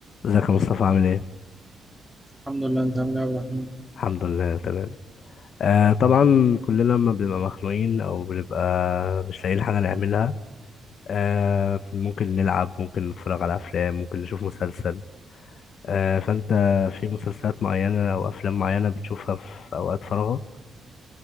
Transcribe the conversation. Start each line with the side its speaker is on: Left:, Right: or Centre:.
Left: ازيك يا مصطفى عامل ايه؟
Centre: الحمد لله انت عامل ايه يا عبد الرحمن
Left: الحمد لله تمام آه طبعا كلنا لما بنبقى مخنوقين او بنبقى مش لاقيين حاجة نعملها آه ممكن نلعب ممكن نتفرج على افلام ممكن نشوف مسلسل آه فانت في مسلسلات معينة او افلام معينة بتشوفها في اوقات فراغك؟